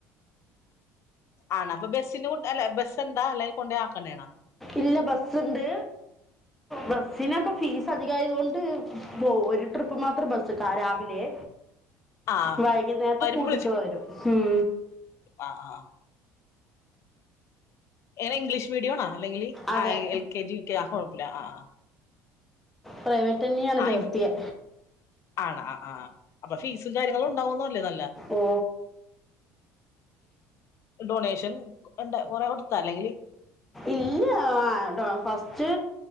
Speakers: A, on the left (about 45°); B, in the centre.
A: ആണൊ അപ്പൊ ബെസ്സിനു അല്ല ബെസെന്താ അല്ലേൽ കൊണ്ടയാക്കന്നാണോ?
B: ഇല്ല ബസ്സ്ണ്ട് ബസ്സിനൊക്കെ ഫീസധികായതൊണ്ട് പോ ഒരു ട്രിപ്പ് മാത്രം ബസ്കാ രാവിലെ.
A: ആ
B: വൈകുന്നേരത്ത്
A: വരുമ്പോ
B: കൂട്ടിട്ട് വരും ഹും
A: ആഹ് ആഹ് എങ്ങന ഇംഗ്ലീഷ് മീഡിയൊ ണൊ അല്ലെങ്കില്
B: അതെ
A: ആഹ് L K G U K ആഹ് കൊഴപ്പല്ല ആ ആഹ്
B: പ്രൈവറ്റ് തന്നെയാണ്
A: ആയിം
B: ചേർത്തിയെ
A: ആണൊ അ ആഹ് അപ്പൊ ഫീസും കാര്യങ്ങളും ഉണ്ടാവന്ന അല്ലേ നല്ല
B: ഓ
A: ഡൊണേഷൻ ഉണ്ട് കൊറെ കൊടുത്താ അല്ലെങ്കില്
B: ഇല്ലാ ആഹ് ഡൊ ഫസ്റ്റ്